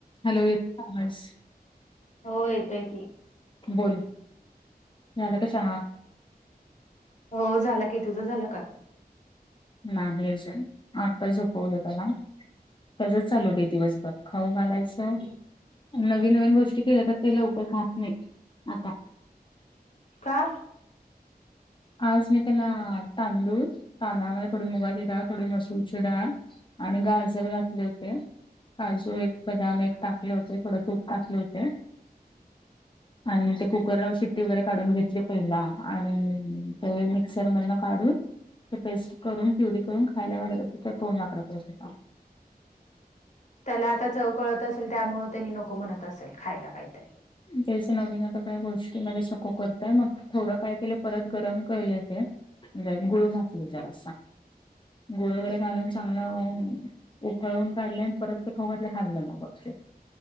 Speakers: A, on the left; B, on the left.
A: हॅलो येतोय का आवाज?
B: हो येतोय की
A: बोल, झाला का चहा?
B: हो झाला की, तुझं झाला का?
A: नाही अजून आता झोपवलं त्याला त्यजच चालू बई दिवसभर खाऊ घालायचं नवी नवीन गोष्टी केल्या तर ते लवकर खात नई आता
B: का?
A: आज मी त्याला तांदूळ, तांदळामध्ये थोडी मुगाची डाळ, थोडी मसूरची डाळ आणि गाजर घातले होते, काजू एक बदाम एक टाकले होते, थोडं तूप टाकले होते आणि ते कुक कराव शिट्टी वगैरे काढून घेतली पहिला आणि ते मिक्सर मधन काढून ते पेस्ट करून, प्युरी करून, खायला घालत होते तर तोंडाकड बघत होता.
B: त्याला आता चव कळत असेल, त्यामुळं तेनी नको म्हणत असेल खायला कायतरी
A: तेच नवीन आता काही गोष्टीमध्ये सको करतय ना, थोडं काय केलं परत गरम केले ते <unintelligible> गुळ घातले जरासा, गुळ वगैरे घालून चांगलं होऊ उखळून काढले आणि परत ते खाऊ घातलं खाल्ले मग गपचूप